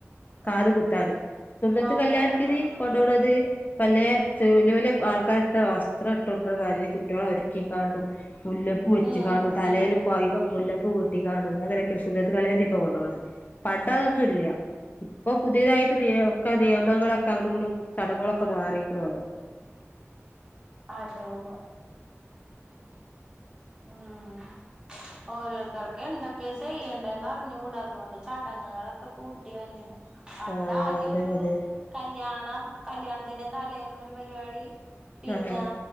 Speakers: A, on the left; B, on the right.
A: കാത് കുത്താന് സുന്നത്ത്
B: അതെ
A: കല്യാണത്തിന്
B: അതെ
A: കൊണ്ടോണത് പലേ വല്യ വല്യ ആൾക്കാരിട്ട വസ്ത്രം ഇട്ട് കൊടുണം വല്യ കുട്ടികളാ അവര് ക്കി കാണ്ടു മുല്ലപ്പൂ വെച്ച്ക്കാണ്ടു
B: ഉം
A: തലേല്
B: ഉം അതെ ഉം ഉം
A: ഇപ്പൊ മുല്ലപ്പ് കൂട്ടികാണൂ അങ്ങനൊക്കെ സുന്നത്ത്കല്യാണത്തിന് ഇപ്പൊ കൊണ്ടോണത് പണ്ട് അതൊന്നും ഇല്ല. ഇപ്പൊ പുതിയതായിട്ട് നിയ ഒക്കെ നിയമങ്ങളൊക്കെ അങ്ങടുങ്ങടു ഒക്കെ ചടങ്ങുകളൊക്കെ മാറിരിക്കണ് അവ്ടെ.
B: അതെ അതെ. ആഹ് ഓരോരുത്തർക്ക് എന്തൊക്കെയ ചെയ്യണ്ടന്ന് അറിഞ്ഞുട അതുകൊണ്ട് ചടങ്ങുകളൊക്കെ കൂട്ടി തന്നെയാണ്. പണ്ടാകെ
A: ആഹ് അതെ
B: ഒരു
A: അതെ
B: കല്യാണം കല്യാണത്തിന്റെ തലേന്നൊരു പരിപാടി പിന്നാ
A: ആഹ്